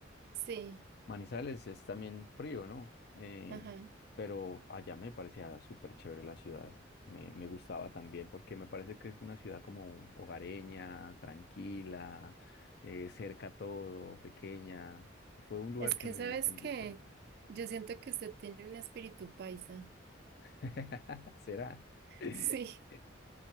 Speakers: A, on the right; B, on the left.
A: Sí,
B: Manizales es también frío, ¿no? Eh,
A: ajá.
B: pero allá me parecía súper chévere la ciudad. Me, me gustaba también porque me parece que es una ciudad como hogareña, tranquila, eh, cerca todo, pequeña. Fue un lugar
A: Es que
B: que me,
A: sabes
B: que me
A: que
B: gustó.
A: yo siento que usted tiene un espíritu paisa.
B: <laughs> ¿Será? <laughs>
A: <laughs> Sí.